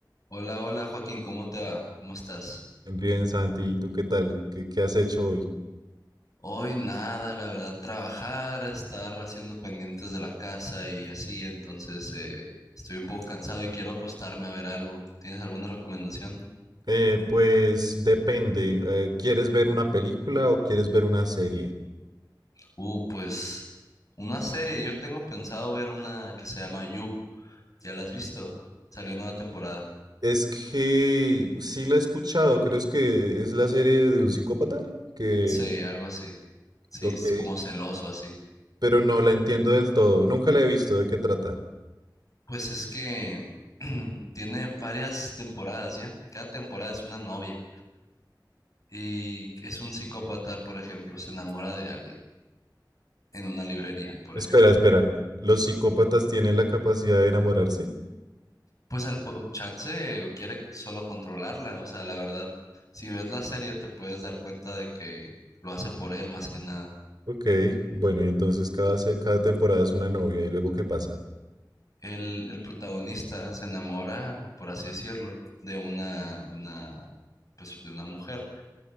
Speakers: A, on the left; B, on the right.
A: Hola, hola Joaquín, ¿cómo te va? ¿Cómo estás?
B: Bien, Santi, ¿y tú qué tal? ¿Qué, qué has hecho hoy?
A: Hoy nada, la verdad, trabajar, estar haciendo pendientes de la casa y así, entonces eh, estoy un poco cansado y quiero acostarme a ver algo. ¿Tienes alguna recomendación?
B: Eh, pues depende. eh, ¿quieres ver una película o quieres ver una serie?
A: Uh, pues una serie, yo tengo pensado ver una que se llama You, ¿ya la has visto? Salió nueva temporada.
B: Es que sí la he escuchado, creo es que es la serie de un psicópata, que,
A: Sí, algo así. Sí,
B: ok,
A: es como celoso así.
B: pero no la entiendo del todo, nunca la he visto, ¿de qué trata?
A: Pues es que <clears throat> tiene varias temporadas ya, cada temporada es una novia. y es un psicópata, por ejemplo, se enamora de alguien en una librería, por
B: Espera,
A: ejemplo.
B: espera, ¿los psicópatas tienen la capacidad de enamorarse?
A: Pues al po- chance quiere solo controlarla, o sea, la verdad, si ves la serie te puedes dar cuenta de que lo hace por él más que nada.
B: Ok, bueno, y entonces cada, se- cada temporada es una novia, ¿y luego qué pasa?
A: El, el protagonista se enamora, por así decirlo, de una, de una, pues de una mujer